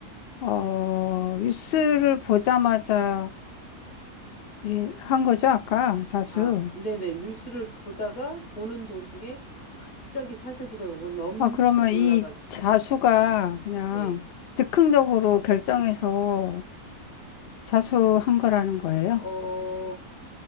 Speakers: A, on the left (about 85°); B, on the left (about 65°).
A: 어, 뉴스를 보자마자 이제 한 거죠, 아까 자수.
B: 아, 네네. 뉴스를 보다가 보는 도중에 갑자기 사재기가 오고 엄청
A: 아, 그러면
B: 놀라가지고.
A: 이 자수가 그냥
B: 네.
A: 즉흥적으로 결정해서 자수한 거라는 거예요?
B: 어,